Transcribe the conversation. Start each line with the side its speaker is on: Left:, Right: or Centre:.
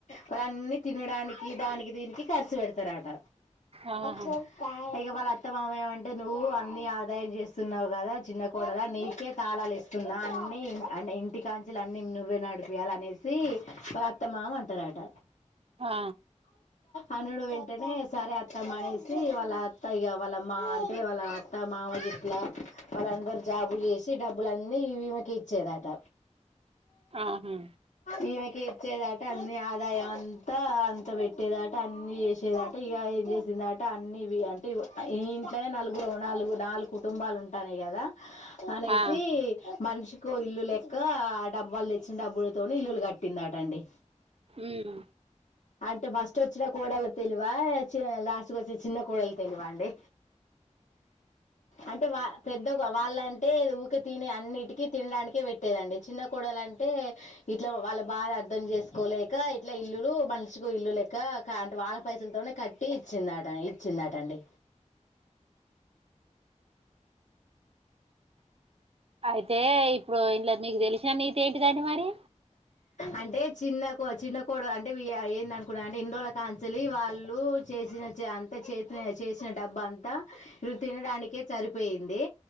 Left: వాళ్ళన్నిీ తినడానికి దానికి దీనికి ఖర్చు పెడతారట
Right: ఆహా
Left: చ క వాళ్ళ అత్తమామ ఏమంటే నువ్వు అన్ని ఆదాయం చేస్తున్నావు కదా చిన్నకోడలా నీకే తాళాలు ఇస్తున్నా అన్ని అంటే ఇంటి కాంచలు అన్నిీ నువ్వే నడిపియాలి అనే వ వాళ్ళ అత్తమామ అంటారట
Right: ఆ
Left: అనుడు వెంటనే సరే అత్తమ్మనేసి వాళ్ళ అత్త ఇక వాళ్ళమ్ మా అంటే వాళ్ళ అత్త మామ చెట్లా వాళ్ళందరూ జాబు చేసి డబ్బులు అన్నీ విమెకి ఇచ్చేదట
Right: ఆహా
Left: ఈమెకి ఇచ్చేదాట అ ఆదాయం అంతా అంత పెట్టేదట అన్ని చేసేదట ఇక ఏం చేసేంద అట అవి అంటే ఇంట్నే నలుగురు నాలుగు నాలుగు కుటుంబాలు ఉంటయి అంటానే కదా అనేసి
Right: ఆ
Left: మనిషికి ఇల్లు లెక్క డబ్బుళ్ళ తెచ్చిన డబలు తోని ఇల్లులు కట్టిందాట అండి
Right: మ్మ్
Left: అంటే ఫస్ట్ వచ్చిన కోడలు తెలివ చిన లాస్ట్కి వచ్చిన చిన్న కోడలు తెలివ అండి అంటే వా పెద్ద వాళ్ళంటే ఊక తిని అన్నిటికిీ తినడానికే పెట్టేదండి చిన్న కోడలు అంటే ఇట్లా వాళ్ళ బాధ అర్ధం చేసుకోలేక ఇట్లా ఇల్లులు మణచుకో ఇల్లు లేక అంటే వాళ్ళ పైసలతోనే కట్టి ఇచ్చిందట ఇచ్చిందాటండి
Right: అయితే ఇప్పుడు ఇంట్లో మీకు తెలిసిన నీతే ఏంటి <unintelligible> మరి
Left: అంటే చిన్నకో చిన్నకోడల్ అంటే ఏంద అనుకున్నా అంటే ఎన్ని రోజకంచాలి వాళ్ళు చేసిన అంత చేసిన చేసిన డబ్బు అంతా మీరు తినడానికే సరిపోయింది